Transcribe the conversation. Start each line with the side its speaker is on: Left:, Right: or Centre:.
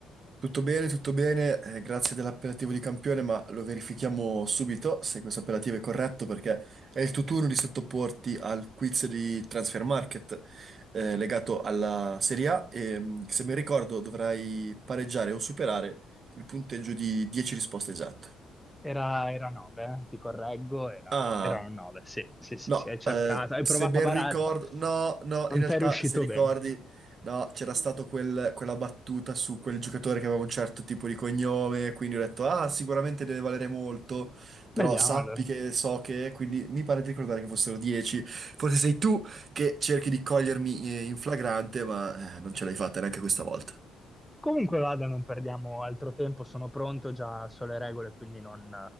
Right: Tutto bene, tutto bene, eh, grazie dell'appellativo di campione, ma lo verifichiamo subito se questo appellativo è corretto perché è il tuo turno di sottoporti al quiz di Transfer Market eh, legato alla Serie A e mh, se mi ricordo dovrai pareggiare o superare il punteggio di 10 risposte esatte.
Centre: Era, era 9, eh, Ti correggo, era,
Right: Ah,
Centre: erano 9, sì, sì, sì,
Right: No,
Centre: sì, hai cercato,
Right: eh,
Centre: hai
Right: se
Centre: provato
Right: ben
Centre: a barare,
Right: ricordo, no, no,
Centre: non
Right: in realtà
Centre: ti è riuscito
Right: se ricordi,
Centre: bene.
Right: no, c'era
Centre: Mm.
Right: stato quel- quella battuta su quel giocatore che aveva un certo tipo di cognome, quindi ho detto, ah, sicuramente deve valere molto, però
Centre: Vediamo
Right: sappi
Centre: allora.
Right: che so che, quindi mi pare di ricordare che fossero 10, forse sei tu che cerchi di cogliermi eh, in flagrante, ma eh, non ce l'hai fatta neanche questa volta.
Centre: Comunque vada, non perdiamo altro tempo, sono pronto, già so le regole, quindi non,